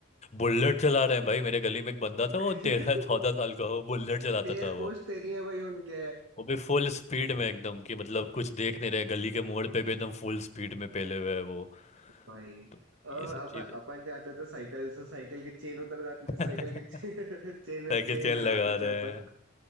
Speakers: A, on the left; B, on the right.
A: बुलेट चला रहे हैं भाई मेरे गली में एक बंदा
B: <laughs>
A: था वो तेरह चौदह साल का हो बुलेट चलाता
B: पैर
A: था
B: पोछते नहीं है भाई उनके
A: वो भी फुल स्पीड में एकदम कि मतलब कुछ देख नहीं रहे गली के मोड़ पे भी एकदम फुल स्पीड में पेले हुए है वो
B: भाई
A: तो
B: और
A: ये सब
B: अपन
A: चीज
B: अपन जाते थे साइकिल से साइकिल की चेन उतर जाती थी साइकिल
A: है। <laughs>
B: की चेन <laughs> चेन
A: साइकिल
B: चेन
A: चेन
B: लगाते
A: लगा रहे
B: थे अपन
A: हैं